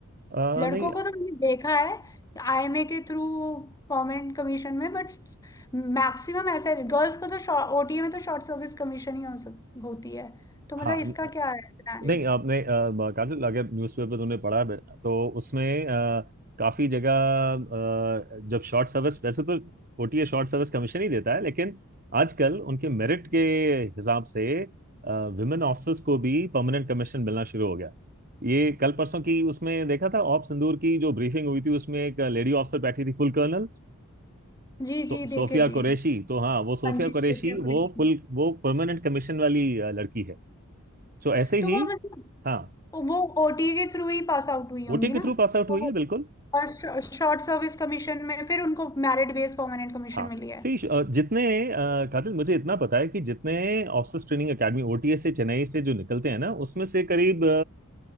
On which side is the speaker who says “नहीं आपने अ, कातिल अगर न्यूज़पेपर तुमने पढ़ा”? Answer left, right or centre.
Right